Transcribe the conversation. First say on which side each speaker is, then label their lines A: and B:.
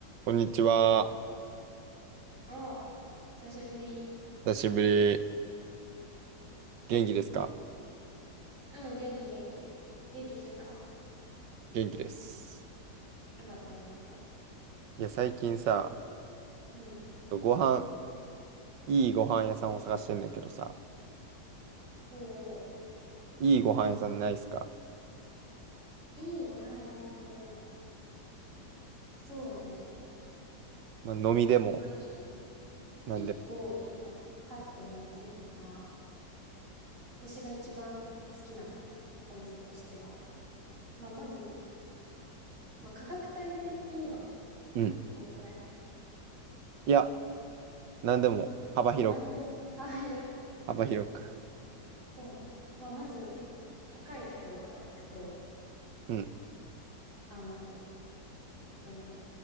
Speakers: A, on the right; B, on the right.
A: こんにちは。
B: おう、久しぶり。
A: 久しぶり。元気ですか
B: うん、元気元気。元気してた
A: 元気です。
B: よかったよかった。
A: いや、最近さ、
B: うん。
A: ご飯、いいご飯屋さんを探してんだけどさ、
B: おうおう。
A: いいご飯屋さんないっすか
B: いいご飯屋さんね。そうね。
A: まあ、飲みでも、
B: まあ、い
A: なんでも。
B: 一個今、パッと思いついたのは、私が一番好きなお店としては、まあ、まず、まあ、価格帯的には、
A: うん。
B: どんくらい
A: いや、なんでも、幅広く、
B: 何でも幅広く。
A: 幅広く。
B: そうね。まあ、まず、高いところから行くと、
A: うん。
B: あの、えっとね、